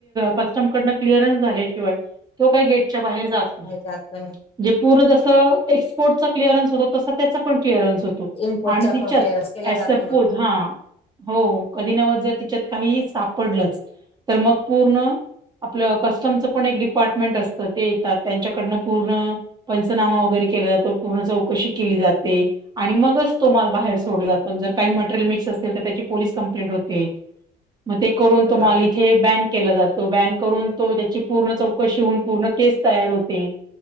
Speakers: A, on the right; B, on the left.
A: कस्टम कडन क्लिअरन्स झाल्याशिवाय तो काही गेटच्या बाहेर जात नाही.
B: बाहेर जात नाही
A: म्हणे पूर्ण जस एक्सपोर्टचा क्लिअरन्स होत तसं त्याचा पण क्लिरन्स होतो
B: इम्पोर्टचा
A: आणि तिच्यात
B: पण क्लिअरन्स केला
A: एजसपोज
B: जातो मग
A: हा हो कधी नव जर तिच्यात काही सापडलंच तर मग पूर्ण आपलं कस्टमचं पण एक डिपार्टमेंट असतं ते येतात त्यांच्याकडनं पूर्ण पंचनामा वगैरे केला जातो. पूर्ण चौकशी केली जाते आणि मगच तो माल बाहेर सोडला जातो. आणि जर काही मटेरियल मिक्स असेल तर त्याची पोलीस कंप्लेंट होते मग ते करून तो
B: हा
A: माल इथे बॅन केला जातो. बॅन करून तो त्याची पूर्ण चौकशी होऊन पूर्ण केस तयार होते